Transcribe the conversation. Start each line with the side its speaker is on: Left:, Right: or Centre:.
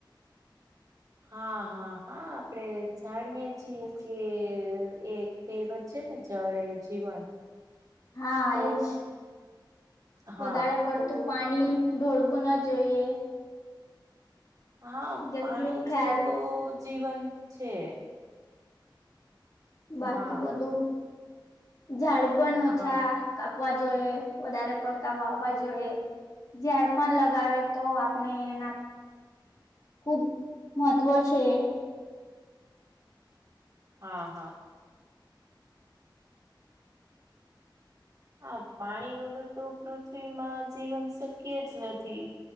Right: હા હા હા આપડે જાણીયએ છીએ કે એક કવત છે ને ચળે જીવન.
Left: હા
Right: તો
Left: એજ
Right: હા
Left: વધારે પડતું
Right: તો
Left: પાણી. ઢોળવું ન જોઈએ
Right: હા
Left: જેટલું
Right: પાણી
Left: ખ્યાલ
Right: છે તો જીવન છે.
Left: બાકી
Right: હા
Left: બધું ઝાડ પણ ઓછા
Right: હા
Left: કાપવા જોઈએ વધારે પડતા વાવવા જોઈએ ઝડ પણ લગાવે તો આપને એના ખુબ મહત્વ છે.
Right: હા હા હા પાણી વગર તો પૃથ્વીમાં જીવન શક્ય જ નથી.